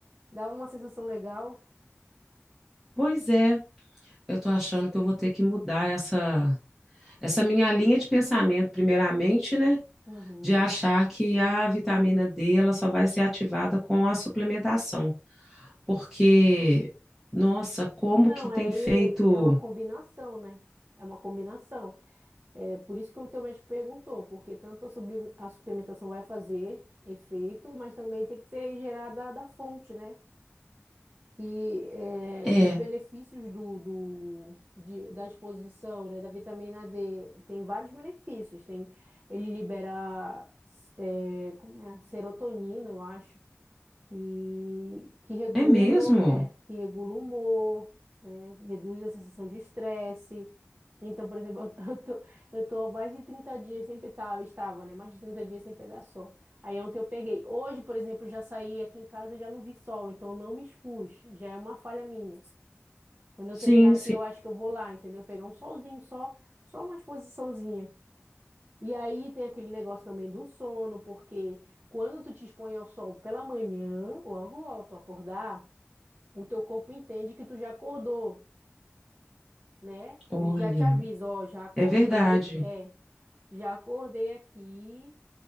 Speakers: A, on the right (about 40°); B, in the centre.
A: dá uma sensação legal.
B: pois é, eu estou achando que eu vou ter que mudar essa, essa minha linha de pensamento, primeiramente, né,
A: Uhum.
B: de achar que a vitamina D ela só vai ser ativada com a suplementação. porque, nossa, como
A: Não,
B: que tem
A: é,
B: feito.
A: é uma combinação, né? É uma combinação. É por isso que o teu médico perguntou, porque tanto a, supli- a suplementação vai fazer efeito, mas também tem que ser gerada da fonte, né? Que, é,
B: É,
A: e os benefícios do, do, de- da exposição, né, da vitamina D, tem vários benefícios. Tem, ele libera, é, como é? Serotonina, eu acho que, que regula
B: é mesmo?
A: o humor, é, que regula o humor, né? Reduz a sensação de estresse. Então, por exemplo, <laughs> eu tô, eu tô há mais de 30 dias sem pegar, eu estava, né? Mais de 30 dias sem pegar sol. Aí ontem eu peguei. Hoje, por exemplo, eu já saí aqui em casa e já não vi sol, então eu não me expus. Já é uma falha minha. Quando eu
B: Sim,
A: terminar aqui,
B: sim.
A: eu acho que eu vou lá, entendeu? Pegar um solzinho só, só uma exposiçãozinha. E aí tem aquele negócio também do sono, porque quando tu te expõe ao sol pela manhã, logo ao tu acordar, o teu corpo entende que tu já acordou, né?
B: Olha,
A: Ele já te avisa, ó, já acordei,
B: é verdade.
A: é, já acordei aqui.